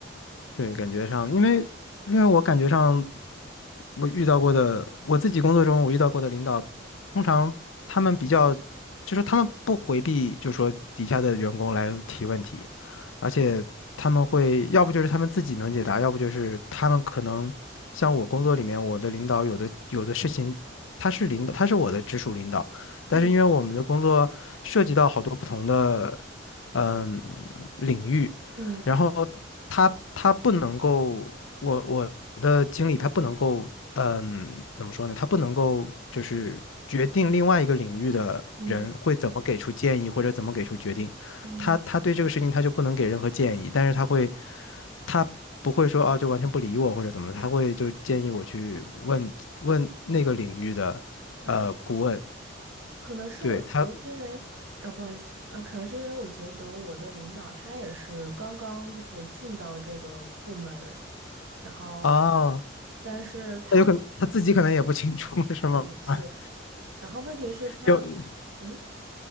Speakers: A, on the left; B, on the right.
A: 对，感觉上，因为因为我感觉上，我遇到过的，我自己工作中我遇到过的领导，通常他们比较，就是他们不回避，就说底下的员工来提问题，而且他们会，要不就是他们自己能解答，要不就是他们可能像我工作里面，我的领导有的有的事情，他是领导，他是我的直属领导，
B: 嗯
A: 但是因为我们的工作涉及到好多不同的嗯领域。
B: 嗯
A: 然后他他不能够，我我的经理他不能够，嗯，怎么说呢？他不能够就是决定另外一个领域的人会怎么给出建议或者怎么给出决定，
B: 嗯嗯
A: 他他对这个事情他就不能给任何建议，但是他会，他不会说哦就完全不理我或者怎么，他会就建议我去问问那个领域的呃顾问，
B: 啊，可能是我觉得是因为，
A: 对他
B: 哦，不好意思，呃，可能是因为我觉得我的领导他也是刚刚就是进到这个部门，然后，
A: 哦，
B: 但是他也
A: 那有可能他自己可能也不清楚 <laughs> 是吗？
B: 对没错，
A: <laughs>
B: 然后问题是他，
A: 有
B: 嗯。